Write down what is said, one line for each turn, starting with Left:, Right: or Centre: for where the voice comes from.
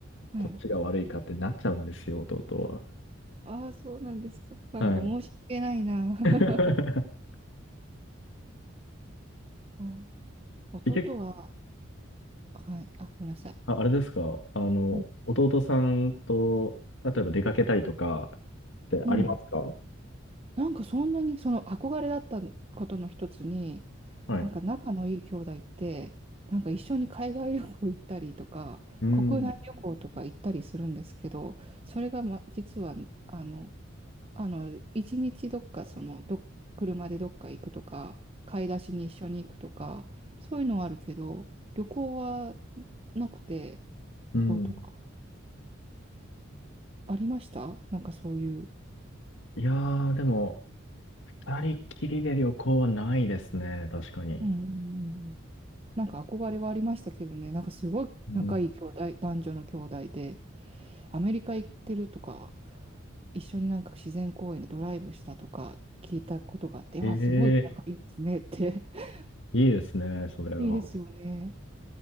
Right: はい。
Left: こっちが悪いかってなっちゃうんですよ、弟は。
Right: ああ、そうなんですか。なんか申し訳ないな。
Left: はい。
Right: <laughs>
Left: <laughs>
Right: そう弟は、
Left: え結
Right: はい。あ、ごめんなさい。
Left: あ、あれですか、あの、
Right: うん。
Left: 弟さんと、例えば出かけたりとかってありますか
Right: うんなんかそんなにその憧れだったことの一つに、
Left: はい。
Right: なんか仲のいい兄弟って、なんか一緒に海外旅行行ったりとか、
Left: うん。
Right: 国内旅行とか行ったりするんですけど、それが、ま、実は、あの、あの、一日どっか、その、ど、車でどっか行くとか、買い出しに一緒に行くとか、そういうのはあるけど、旅行はなくて、
Left: うん。
Right: 旅行とか、ありましたなんかそういう。
Left: いやー、でも、二人きりで旅行はないですね、確かに。
Right: うんうんうんうんなんか憧れはありましたけどね、なんかすごい仲いい兄弟、
Left: うん、
Right: 男女の兄弟で、アメリカ行ってるとか、一緒になんか自然公園でドライブしたとか聞いたことがあって、うわ、
Left: ええ
Right: すごい仲いいですねって。<laughs>
Left: いいですね、それは。
Right: いいですよね。